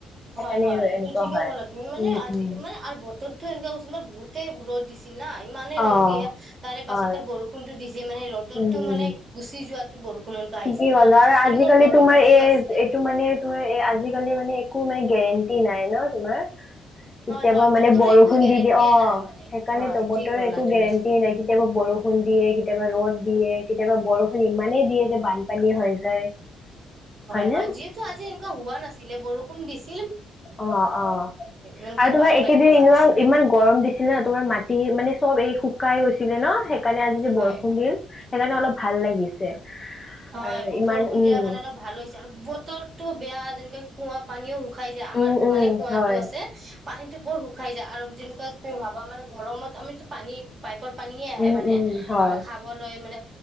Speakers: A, on the left; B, on the right.
A: সেইকাৰণে
B: হয়, হয়, এইটো
A: এনেকুৱা
B: ঠিকে
A: হয়।
B: ক'লা তুমি মানে
A: উম,
B: আজি
A: উম।
B: মানে আৰু বতৰতো এনেকুৱা <unintelligible> বহুতে ৰ'দ দিছিল না মানে
A: অ',
B: ৰ'দ দিয়ে, তাৰে পাছত
A: হয়,
B: বৰষুণতো দিছে মানে ৰ'দতটো
A: উম। উম
B: মানে গুচি যোৱাতো বৰষুণ এনেকুৱা
A: ঠিকেই
B: আহিছিলে
A: ক'লা
B: ন
A: আৰু
B: সেইটো
A: আজিকালি
B: কাৰণে গৰম
A: তোমাৰ
B: ভাৱটো
A: এই,
B: আছিলে
A: এইটো
B: আৰু
A: মানে তোমাৰ এ, আজিকালি মানে একো মানে গেৰেণ্টি নাই ন! তোমাৰ। কেতিয়াবা
B: হয় হয়
A: মানে
B: বতৰৰ
A: বৰষুণ
B: একো গেৰেণ্টিয়ে
A: দি দিয়ে অ',
B: নাই মানে
A: সেইকাৰণেটো
B: হয়
A: বতৰে
B: ঠিক ক'লা
A: একো
B: তুমি
A: গেৰেণ্টি নাই কেতিয়াবা বৰ <unintelligible> কেতিয়াবা ৰ'দ দিয়ে, কেতিয়াবা বৰষুণ ইমানেই দিয়ে যে, বানপানী হৈ যায়।
B: হয়,
A: হয়নে
B: হয়, যিহেতু আজি এনেকুৱা হোৱা নাছিলে বৰষুণ দিছি
A: অ', অ',
B: এনেকে
A: আৰু তোমাৰ
B: বানপানী
A: একেদিন
B: হোৱা
A: ইমান,
B: নাছিলে
A: ইমান গৰম দিছিল ন! তোমাৰ মাটি মানে চব এই শুকাই গৈছিলে ন! সেইকাৰণে আজি যে,
B: হয়
A: বৰষুণ দিন সেইকাৰণে অলপ ভাল লাগিছে।
B: হয়,
A: আৰু
B: ব-বৰষুণ
A: ইমান উম
B: দিয়াৰ কাৰণে অলপ ভাল হৈছে আৰু বতৰটো বেয়া যেনেকে কুঁৱা পানীও খাই যায় আমাৰ
A: উম উম
B: মানে কুঁৱাটো
A: হয়
B: আছে পানীতো বৰ খাই যায় আৰু <unintelligible> মানে গৰমত আমিতো পানী পাইপৰ পানীয়ে আহে
A: উম
B: মানে
A: উম হয়
B: অ খাবলৈ মানে